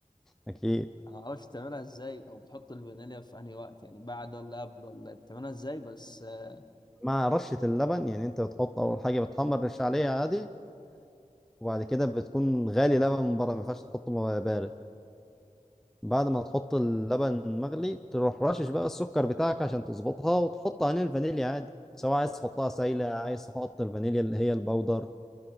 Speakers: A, in the centre; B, on the left (about 30°).
A: اكيد
B: انا معرفش تعملها ازاي او بتحط الفانيليا في انهي وقت يعني بعد ولا قبل ولا إيه؟ بتعملها ازاي بس آه،
A: مع رشة اللبن يعني انت بتحط اول حاجة بتحمر رش عليه عادي وبعد كده بتكون غالي لبن من بره ما ينفعش تحطه م- بارد بعد ما تحط اللبن مغلي تروح رشش بقى السكر بتاعك عشان تظبطها وتحط عليه الفانيليا عادي سواء عايز تحطها سايلة عايز تحط الفانيليا اللي هي البودر